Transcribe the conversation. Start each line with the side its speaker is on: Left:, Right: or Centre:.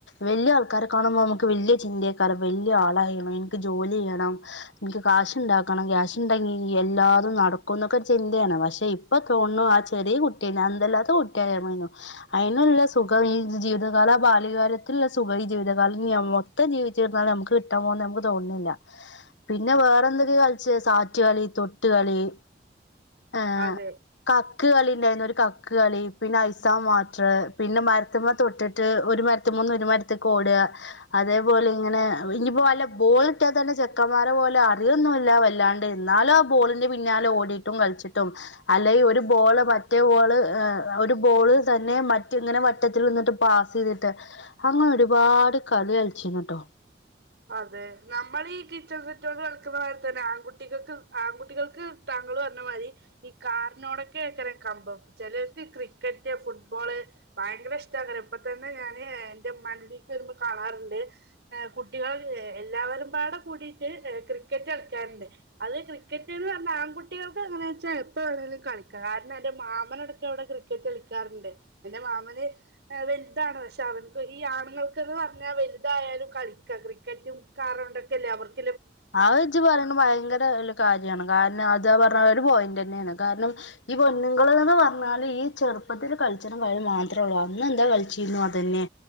Left: വലിയ ആൾക്കാരെ കാണുമ്പോ നമുക്ക് വല്യ ചിന്തയക്കാരം വലിയ ആളായിന് എനിക്ക് ജോലി ചെയ്യണം എനിക്ക് കാശ്ണ്ടാക്കണം ക്യാഷ് ഉണ്ടെങ്കി എല്ലാതും നടക്കുന്നൊക്കെ ചിന്തയാണ് പക്ഷെ ഇപ്പോ തോന്നു ആ ചെറിയ കുട്ടി അന്തല്ലാത്ത കുട്ടിയായമതിയെന്നു അയ് നുള്ള സുഖം ഈ ജീവിതകാല ആ ബാല്യകാലത്തിലുള്ള സുഖം ഈ ജീവിതകാലം മൊത്തം ജീവിചിരുന്നാലും നമുക്ക് കിട്ടാ പോകുന്ന് നമുക്ക് തോന്നുന്നില്ല പിന്നെ വേറെ എന്തൊക്കെ കളിചെ സാറ്റ് കളി തൊട്ടുകളി ഏ
Right: അതെ
Left: കക്ക് കളി ഉണ്ടായിരുന്നു ഒരു കക്ക് കളി പിന്നെ ഐസാവാട്ടർ പിന്നെ മരത്തിമ്മ തൊട്ടിട്ട് ഒരു മരത്തിമ്മന്ന് ഒരു മരത്തേക്ക് ഓടുക അതേപോലെ ഇങ്ങനെ ഇഞ്ഞിപ്പോ വല്ല ബോൾ കിട്ടിയ തന്നെ ചെക്കന്മാരെ പോലെ അറിയൊന്നുല്ല വല്ലാണ്ട് എന്നാലും ആ ബോളിന്റെ പിന്നാലെ ഓടി ട്ടും കളിച്ചിട്ടും അല്ലെങ്കി ഒരു ബോള് മറ്റേ ബോള് ഏ ഒരു ബോള് തന്നെ മറ്റ ഇങ്ങനെ വട്ടത്തിൽ നിന്നിട്ട് പാസ് ചെയ്തിട്ട് അങ്ങനെ ഒരുപാട് കളി കളിച്ചിന്ന്ട്ടോ
Right: അതെ നമ്മൾ ഈ കിച്ചൺ സെറ്റോട് കളിക്കുന്ന മാരിതന്നെ ആൺകുട്ടികൾക്ക് ആൺകുട്ടികൾക്ക് താങ്കള് പറഞ്ഞമാതിരി ഈ കാറിനോടൊക്കെകാരം കമ്പം ചിലർക്ക് ക്രിക്കറ്റ് ഫുട്ബോള് ഭയങ്കര ഇഷ്ടക്കരം ഇപ്പ തന്നെ ഞാന് എന്റെ മ്മാൻ്റെകുടിക്ക് വരുമ്പോ കാണാറുണ്ട് ഏ കൂ കുട്ടികൾ എല്ലാവരുംപാടെ കൂടിയിട്ട് ക്രിക്കറ്റ് കളിക്കാറുണ്ട് അത് ക്രിക്കറ്റ് എന്ന് പറഞ്ഞാ ആൺകുട്ടികൾക്ക് അങ്ങനെ വെച്ചാ എപ്പവേണേലും കളിക്കാം കാരണം എന്റെ മാമന് ഇടക്ക് അവിടെക്കെ ക്രിക്കറ്റ് കളിക്കാറുണ്ട് എന്റെ മാമന് വലുതാണ് പക്ഷെ അവൻക്ക് ഈ ആണുങ്ങൾക്കന്ന് പറഞ്ഞാൽ വലുതായാലും കളിക്ക ക്രിക്കറ്റും കാറോണ്ടൊ ക്കല്ലേ അവർക്ക്
Left: അത് ജ്ജ് പറയണത് ഭയങ്കര വല്ലിയ ഒരു കാര്യമാണ് കാരണം അതാ പറഞ്ഞ അത് പോയന്റ് തന്നെയാണ് കാരണം ഈ പൊണ്ണുങ്ങൾന്ന് പറഞ്ഞാല് ഈ ചെറുപ്പത്തിൽ കളിച്ച്ണത് വഴി മാത്രേ ഉള്ളൂ അന്ന എന്താ കളിച്ചിരുന്നു അത് തന്നെ